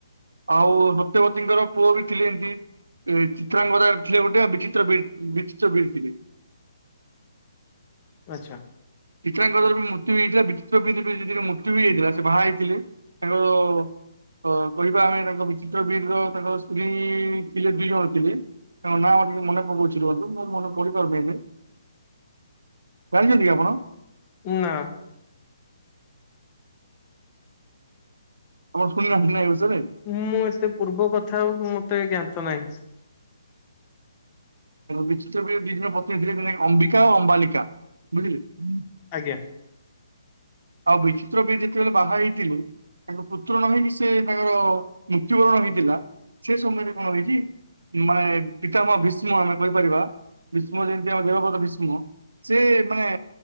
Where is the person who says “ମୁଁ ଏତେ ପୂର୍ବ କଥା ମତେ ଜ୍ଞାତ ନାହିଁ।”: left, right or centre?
Left